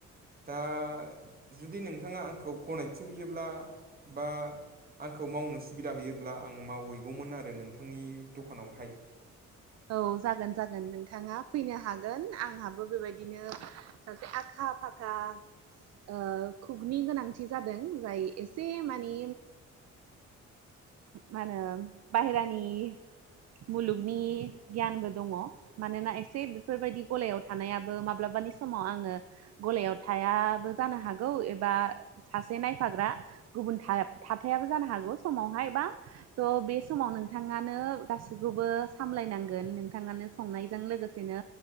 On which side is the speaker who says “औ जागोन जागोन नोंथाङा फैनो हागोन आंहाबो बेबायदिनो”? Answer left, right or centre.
Right